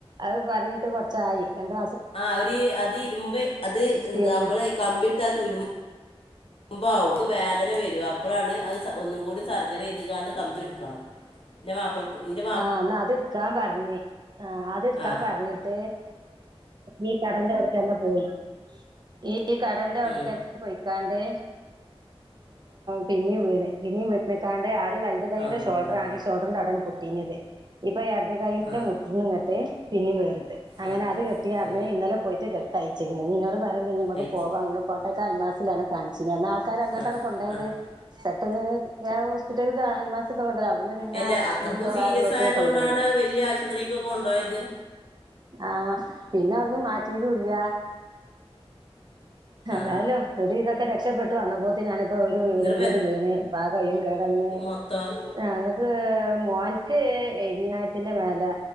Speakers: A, on the right (about 45°); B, on the left (about 65°).
A: അഹ് പറ്ഞ്ഞ്ട്ട് കൊർച്ചായി രണ്ട്
B: ആഹ് ഒര് അത് ഇര്മ്പ് അത് എന്താ
A: പിൻ
B: നമ്മള് കമ്പിട്ട തുരു ഭവും വേദന വരും അപ്പോഴാണ് അഹ് ഒന്നും കൂടി സർജറി ചെയ്ത് കാണ്ട് കമ്പിട്ക്കണം
A: അ <inaudible>
B: ന്റെ മപ്പൾക്ക് ഇന്റെ
A: ആഹ് എന്നാ അത് ട്ക്കാൻ പറഞ്ഞ് ആഹ് അത് ട്ക്കാൻ
B: ആ
A: പറഞ്ഞ്ട്ട് ഈ കടന്റെ അവ്ട്ക്കന്നെ പോയി ഈ കടന്റെ അവ്ട്ക്ക
B: ഉം.
A: പൊയ്ക്കാണ്ട് പിനിം വീണ് പിനിം വീണ്ക്കാണ്ട് ആദ്യ വ മുട്ട് കൈയ്യിന്റെ
B: അല്ലാ
A: ഷോഡറായി ഷോഡറിന്റെ അടെ പോ തിഞ്ഞതെ ഇപ്പൊ എട്തെ കൈന്റെ
B: ആ
A: മുട്ടന്ന് ഇങ്ങട്ട് പിന്നും വേറ്ട്ട് അങ്ങനെ
B: ആ
A: അത് കെട്ടിയട്ന്ന്
B: ആ
A: ഇന്നലെ പോയിട്ട് കെട്ടയിച്ച് ഇനി ഇ പറഞ്ഞ് നമക്ക്
B: അയച്ച്
A: പോവാ കോട്ടക്ക അൽമാസിലാണ് കാണിച്ചിനെ ആൾക്കാർ അങ്ങോട്ടാണ്
B: ആ
A: കൊണ്ടയത്
B: ആ ആ
A: പെട്ടെന്ന് ഹോസ്പിറ്റല് അൽമാസക്കെ കൊണ്ടര അവിട്ന്ന് പിന്നെ
B: അല്ല അത്രക്കും
A: ഉം
B: സീരിയസ്
A: വേറെള്ളോട്ത്ത്ക്ക്
B: ആയതു
A: കൊണ്ടോവല്
B: കൊണ്ടാണ് വലിയ ആശുപത്രിക്ക് കൊണ്ടോയത്
A: ആഹ് പിന്നെ അവ്ന്ന് മാറ്റിയതും ഇല്ല
B: ആ
A: തായാലോ ഒര് ഇതൊക്കെ രക്ഷപ്പെട്ടു വന്നപ്പോത്തി നാണ് പ്പോ ഒരു വീരും
B: എന്നിട്ട്
A: കൂടി വീണ് പാ കൈയും കേടന്ന്
B: മോതം
A: ഞങ്ങക്ക് മോൻക്ക് എ വി നായത്തിന്റെ മേലാ